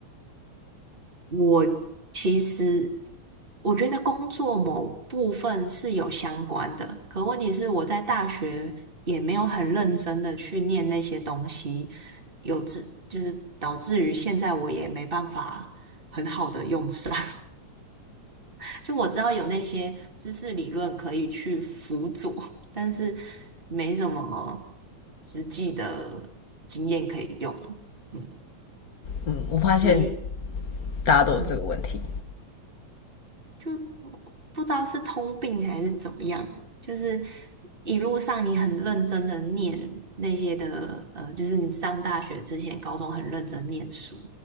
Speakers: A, on the right; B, on the left.
A: 我其实我觉得工作某部分是有相关的，可问题是我在大学也没有很认真的去念那些东西，有致就是导致于现在我也没办法很好的用上。<laughs> 就我知道有那些知识理论可以去辅佐，但是没什么实际的经验可以用。嗯，
B: 嗯，我发现
A: 对，因为
B: 大家都有这个问题。
A: 嗯就不知道是通病还是怎么样，就是一路上你很认真的念那些的，呃，就是你上大学之前，高中很认真念书，